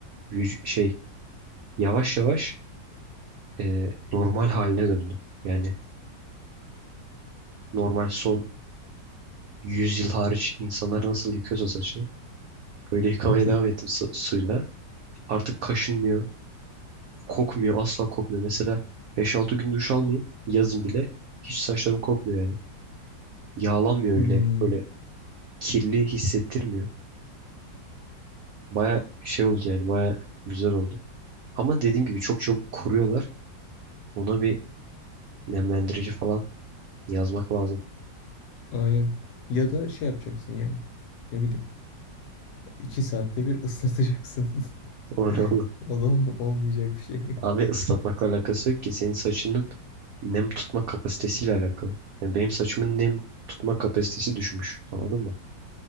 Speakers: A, on the right; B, on the left.
A: vüc- şey yavaş yavaş e, normal haline döndü. Yani normal son 100 yıl hariç insanlar nasıl yıkıyorsa saçını öyle <laughs> yıkamaya
B: <laughs> Hı hı.
A: devam ettim su- suyla. Artık kaşınmıyor, kokmuyor, asla kokmuyor. Mesela beş altı gün duş almayayım yazın bile hiç saçlarım kokmuyor yani. Yağlanmıyor
B: Hmm.
A: öyle böyle kirli hissettirmiyor. Baya şey oldu yani baya güzel oldu. Ama dediğim gibi çok çabuk kuruyorlar. Ona bir nemlendirici falan yazmak lazım.
B: Aynen. Ya da şey yapacaksın yani. Ne bileyim. iki saatte bir ıslatacaksın.
A: <laughs> O
B: <laughs>
A: ne olur.
B: O da ol- olmayacak bir şey. <laughs>
A: Abi ıslatmakla alakası yok ki. Senin saçının nem tutma kapasitesiyle alakalı. Yani benim saçımın nem tutma kapasitesi düşmüş. Anladın mı?